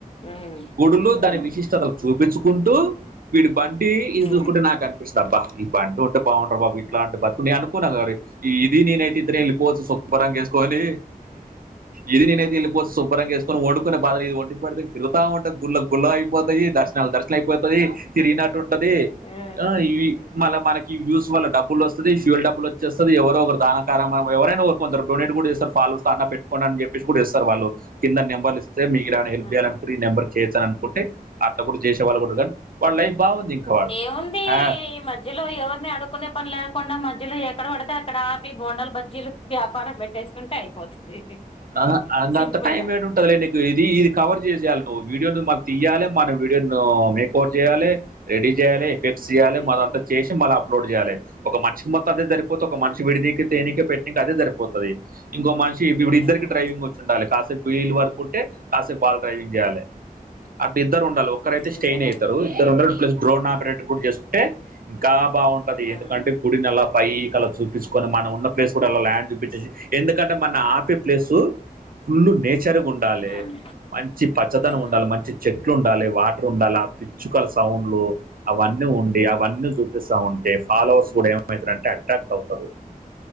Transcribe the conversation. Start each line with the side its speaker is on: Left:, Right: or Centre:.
Left: ఉమ్
Right: గుడుళు
Left: ఉహు
Right: దాని విశిష్టతలు చూపించుకుంటూ వీటి బంటి ఈజ్
Left: ఉమ్
Right: ఖుడ్ నాకర్ ఇష్ ఇబ్బా ఈ బండు ఉంటే బాగుఉంటా అది బాబు ఇట్లా అంటి బతుకుని అనుకున్నా గౌరి ఇది నేనై అయితే ఇద్దరంమ్ వెళ్ళి పోవచు శుభరంగా వేసుకొని ఇది నేనైతే వెళ్ళిపోతే శుభ్రంగా చేసుకని వండుకునే బాధనేది వండి పెడితే తిగుా ఉంటా అది గుళ్ల గుల్ల అయిపోతయి దర్శనాలు దర్శ ఇట్లయిపోతాది తిరిగినట్టు ఉంటది
Left: ఆ
Right: ఇవి మళ్ళ మనకి ఈ వ్యూస్ వల్ల డబ్బులు వస్తది <unintelligible> డబ్బు వచ్చేస్తది ఎవరో ఒకరు దానం కానీ మ ఎవరైనా కోరుకుంటారు డొనేట్ కూడా చేస్తారు <unintelligible> పెట్టుకోండి అని చెప్పేసి కూడా ఇస్తారు వాళ్ళు కింద నెంబర్లు ఇస్తే మీరు ఆడ
Left: ఆ
Right: హెల్ప్ చేయాలనుకుంటే ఈ నెంబర్ చేయచ్చాననుకుంటే అట్ల కూడా చేసే వాళ్ళుగానీ వాళ్ళ లైఫ్ బాగుంది ఇంకా వాడు
Left: ఏముంది
Right: ఆ,
Left: ఈ మధ్ యలో ఎవరిని అడుక్కునే పని లేకుండా మధ్యలో ఎక్కడ పడితే అక్కడ ఆపి బోండాలు, బజ్జీలు వ్యాపారం పెట్టేసు కుంటే అయిపోతుంది
Right: ఆ, అంగ
Left: సింపుల్
Right: అంత టైం
Left: గా
Right: ఏడు నీకు ఇది ఇది కవర్ చేసేయాలి నువ్ వీడియోను మాకు తీయాలి మన వీడియో ఓటు చేయాలి రెడీ చేయాలి ఎఫెక్ట్స్ చేయాలి
Left: ఉమ్
Right: మళ్దంతా చేసి మళ్ళీ అప్లోడ్ చేయాలి ఒక మనిషి మొత్తం అదే సరిపోతే ఒక
Left: ఉమ్
Right: మనిషి విడనీకి, తీనీకి, పెట్నీకే అదే సరిపోతది ఇంకో మనిషి ఇప్పుడు ఇద్దరికి
Left: ఉమ్
Right: డ్రైవింగ్ వచ్చి ఉండాలి కాసేపు వీళ్ళు పడుకుంటే అసలు పాలు తాగనికి గాలే అంటే ఇద్దరు ఉండాలి ఒక్కరైతే స్టెయిన్
Left: అంతే మరి
Right: అయితారు ఇద్దరు ఉండాలి ప్లస్ <inaudible> <inaudible> చేసుకుంటే ఇంకా బాగుంటది
Left: ఉమ్
Right: ఎందుకంటే గుడిని అలా పైకి అలా చూపించుకొని మనం ఉన్న ప్లేస్ కూడా అలా ల్యాండ్ చూపించేసి ఎందుకంటే మన ఆపి ప్లేసు ఫుల్ నేచర్గా ఉండాలి
Left: ఉమ్
Right: మంచి పచ్చదనం
Left: ఉమ్
Right: ఉండాలి మంచి చెట్లు ఉండాలి వాటర్ ఉండాలి ఆ పిచ్చుకల సౌండ్లు అవన్నీ ఉండి అవన్నీ చూపిస్తా ఉంటే ఫాలోవర్స్ కూడా ఏమవుతారుంటే అట్రాక్ట్ అవుతారు